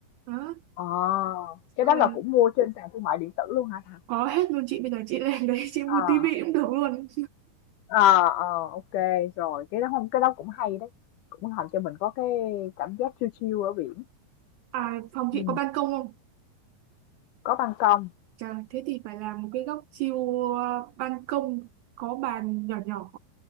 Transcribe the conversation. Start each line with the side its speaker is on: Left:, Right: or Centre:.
Right: Đó,
Left: Ờ,
Right: xong
Left: cái đó
Right: rồi
Left: là cũng mua trên sàn thương mại điện tử luôn hả Thảo?
Right: có hết luôn chị, bây giờ chị <laughs> lên đấy chị mua
Left: à
Right: tivi cũng được luôn.
Left: à ờ, ok rồi, cái đó không, cái đó cũng hay đấy. Cũng làm cho mình có cái cảm giác chill chill ở biển.
Right: À, phòng
Left: Ừ,
Right: chị có ban công không?
Left: có ban công.
Right: Chà, thế thì phải làm một cái góc chiêu uh, ban công có bàn nhỏ nhỏ